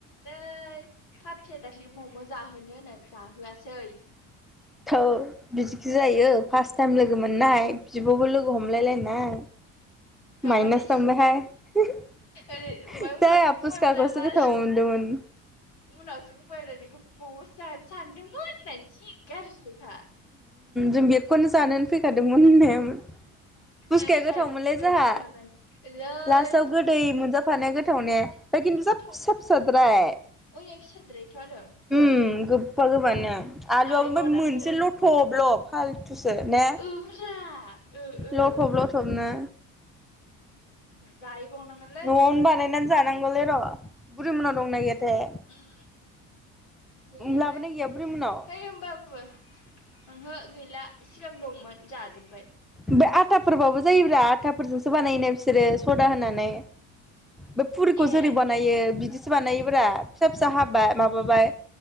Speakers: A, on the left (about 75°); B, in the centre.
A: ओइ फाफिया दाखलि मम' जाहोनो होननानै जाहोआसै
B: थोद बिदिखि जायो फास्ट टाइम लोगो मोननाय। बिब'बो लोगो हमलायलायनाय। माइनास
A: माने
B: थांबायहाय जै
A: ओरै ओमफ्राय उनावसो
B: आफसुसखा
A: बुंबायब्रा
B: गस जि
A: मा
B: गोथाव‌ मोनदोंमोन
A: उनावसो बुंबाय आरो नोंखौ मम'सो जानो सानदोंमोन होननानै जि गाज्रिखा
B: जों बेखौनो जानोनो फैखादोंमोन होनना हायामोन पुस्खाया
A: रागाजों
B: गोथावमोनलै जाहा
A: थांनानै ओलै
B: लासथाव गो दै मोनजाफानाया गोथाव ने ओमफाय खिन्थु
A: गोथाव
B: जा फिसा
A: मोना
B: फिसाद्राय
A: अया फिसाद्रायथ' आरो
B: ओम गोबबा गोबबानो आलुआबो
A: जाहैबावनांगोन
B: ओमफाय मोन एसे लथ'ब ल' फालथुसो ने
A: ओब्रा ओ ओ
B: लथ'ब लथ'बनो
A: जाहै बावनांगोन
B: न'आवनो बानायनानै जानांगौलै र' बुरि मोननाव दंना गैयाथाय
A: उम गैयालै
B: लाबोनाय गैया बुरि मोननाव
A: है होमबा ओहो गैला सिगां दंमोन जाजोबबाय
B: ओमफाय आटाफोरबाबो जायोब्रा आटाफोरजोंसो बानायोना बिसोरो स'दा होनानै बै पुरिखौ
A: ए
B: जेरै बानायो बिदिसो बानायोब्रा फिसा फिसा हाबाय माबाबाय